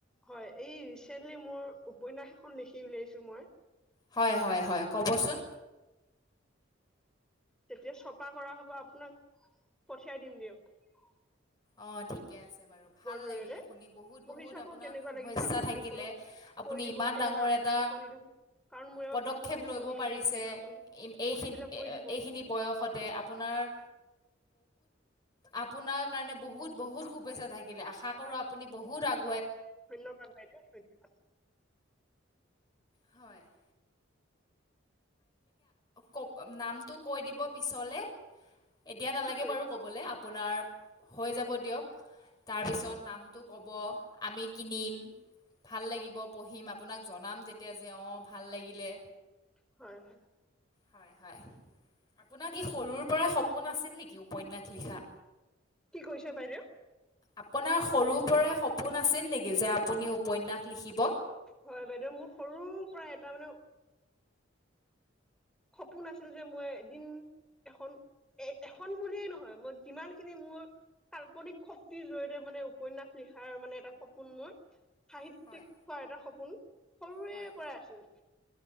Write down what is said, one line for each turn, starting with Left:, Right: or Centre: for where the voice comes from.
Centre: হয় এই ৰিচেন্টলি মোৰ উপন্যাস এখন লিখি উলিয়াইছো মই।
Left: হয় হয় হয় কবচোন,
Centre: তেতিয়া চপা কৰা হ'ব আপোনাক পঠিয়াই দিম দিয়ক ।
Left: অ ঠিকে আছে বাৰু, ভাল
Centre: জৰিয়তে
Left: লাগিলে শুনি বহুত
Centre: পঢ়ি
Left: বহুত
Centre: চাব
Left: আপোনাক
Centre: কেনেকুৱা
Left: শুভেচ্ছা
Centre: লাগিছে
Left: থাকিলে।
Centre: মোক অলপ
Left: আপুনি
Centre: কৈ দিব
Left: ইমান
Centre: কেনেকুৱা
Left: ডাঙৰ এটা
Centre: লিখনিটো কাৰণ মোৰ এইবাৰ
Left: পদক্ষেপ
Centre: প্ৰথম লিখনি
Left: লব পাৰিছে
Centre: এইটো যিহেতু আপুনি
Left: এইখিন
Centre: পঢ়ি পেলাই কৈ দিব
Left: এইখিনি বয়স সতে আপোনাৰ আপোনাৰ কাৰণে বহুত বহুত শুভেচ্ছা থাকিলে। আশা কৰো আপুনি বহুত আগ
Centre: ধন্যবাদ বাইদেউ ধন্যবাদ।
Left: হয় । ক নামটো কৈ দিব পিছলে। এতিয়া নালাগে
Centre: কি কৰি
Left: বাৰু ক'বলে। আ আপোনাৰ হৈ যাব দিয়ক, তাৰপিছত নামটো ক'ব, আমি কিনিম, ভাল লাগিব পঢ়িম আপোনাক জনাম তেতিয়া যে অঁ ভাল লাগিলে।
Centre: হয় হয় ।
Left: হয়, হয় আপোনাৰ কিয সৰু পৰা সপোন আছিলনে কি উপন্যাস লিখা?
Centre: কি কৰিছে বাইদেউ
Left: আপোনাৰ সৰু পৰাই সপোন আছিল নেকি যে আপুনি উপন্যাস লিখিব
Centre: হয় বাইদেউ মোৰ সৰুৰ পৰা এটা মানে সপোন আছিল যে মই এদিন এখন এ এখন বুলিয়েই নহয় মই যিমান খিনি মোৰ কাল্পনিক শক্তিৰ জৰিয়তে মানে উপন্যাস লিখাৰ মানে এটা সপোন মোৰ সাহিত্যিক
Left: হয়
Centre: হোৱাৰ এটা সপোন। সৰুৰে
Left: হয়
Centre: পৰা আছিল।